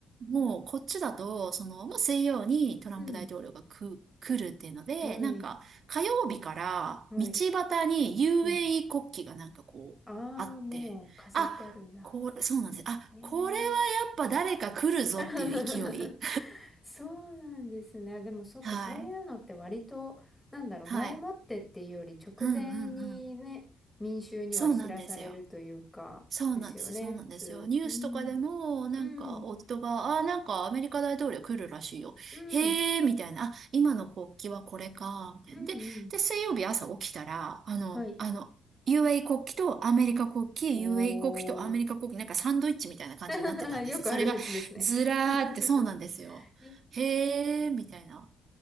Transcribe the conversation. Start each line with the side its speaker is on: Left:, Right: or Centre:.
Right: もう、こっちだと、その、もう水曜にトランプ大統領がく、
Centre: うん。
Right: 来るっていうので、
Centre: はい。
Right: なんか、火曜日から道端に
Centre: はい。
Right: UAE
Centre: はい。
Right: 国旗がなんかこう、
Centre: ああ、
Right: あって、
Centre: もう飾ってあるんだ。
Right: あ、これ、そうなんです。あ、
Centre: へえ。
Right: これはやっぱ誰か来るぞっていう勢い。
Centre: <laughs> そうなんですね。でもそっか、
Right: <laughs> はい。
Centre: そういうのって割と、なんだろう、
Right: はい。
Centre: 前もってっていうより直前にね、
Right: うんうんうん。
Centre: 民衆には知らされるというか、
Right: そうなんですよ。そうなんですよ、
Centre: ですよね、
Right: そうなんですよ。
Centre: 普通。
Right: ニュースとかでも、
Centre: うん。
Right: なんか、
Centre: うん。
Right: 夫が、あーなんかアメリカ大統領来るらしいよ。
Centre: うん。
Right: へーみたいな、あ、今の国旗はこれか、みたいな。
Centre: うん。
Right: で、
Centre: うん。
Right: で、水曜日朝起きたら、あの、
Centre: はい。
Right: あの、u a 国旗とアメリカ国旗、u
Centre: お
Right: a 国旗とアメリカ国旗、
Centre: ー
Right: なんかサンドイッチみたいな感じになってたんです。
Centre: <laughs> よくあるやつですね。
Right: それが、ずらーってそうなんですよ。
Centre: <laughs> え
Right: へーみたいな。